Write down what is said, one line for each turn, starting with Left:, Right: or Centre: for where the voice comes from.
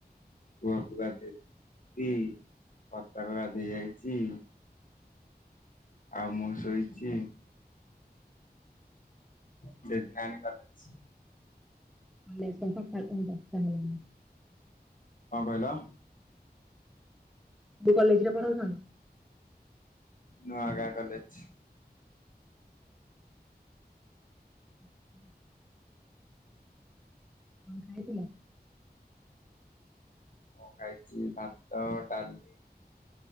Left: <unintelligible> ଆଉ ମୁଁ ଶୋଇଛି। <unintelligible>
Centre: <unintelligible>
Left: କଣ କହିଲ?
Centre: <unintelligible>
Left: ନୂଆଗାଁ କଲେଜ।
Centre: ହ୍ କଣ ଖାଇଥିଲ।
Left: ମୁଁ ଖାଇଛି ଭାତ ଡାଲି